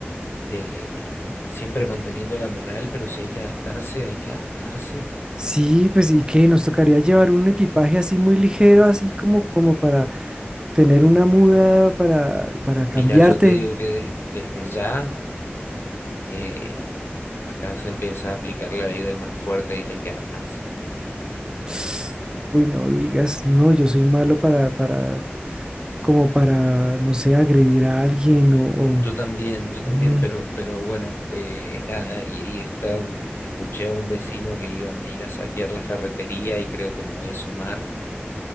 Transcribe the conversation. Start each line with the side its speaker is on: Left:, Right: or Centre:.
Left: eh, siempre manteniendo la moral, pero si hay que adaptarse, hay que adaptarse.
Right: Sí, pues y qué, nos tocaría llevar un equipaje así muy ligero, así como, como para tener una muda para, para cambiarte.
Left: Mira, yo te digo que des- desde ya, eh, acá se empieza a aplicar la ley del más fuerte y hay que armarse.
Right: <sniffs> Uy, no digas, no, yo soy malo para, para, como para, no sé, agredir a alguien o, o-
Left: Yo también, yo también,
Right: mm,
Left: pero, pero bueno, eh, nada, y, y están, escuché a un vecino que iban a ir a saquear la ferretería y creo que me voy a sumar